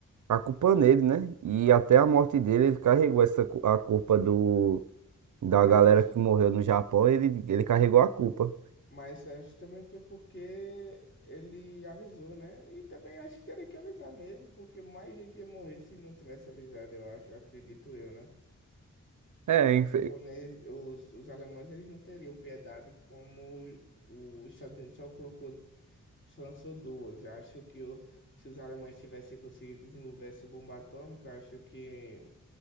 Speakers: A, on the right; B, on the left.
A: a culpa nele, né? E até a morte dele, ele carregou essa, cu- a culpa do, da
B: Mas
A: galera
B: acho
A: que morreu no Japão, ele, ele carregou a culpa.
B: Mas acho também foi porque ele avisou, né? E também acho que teria que avisar mesmo, porque mais gente ia morrer se não tivesse avisado, eu acho, acredito eu, né? Porque
A: É, infe-
B: os japoneses, os, os alemães, eles não teriam piedade como o- os Estados Unidos só colocou, só lançou duas. Eu acho que o- se os alemães tivessem conseguido desenvolver essa bomba atômica, eu acho que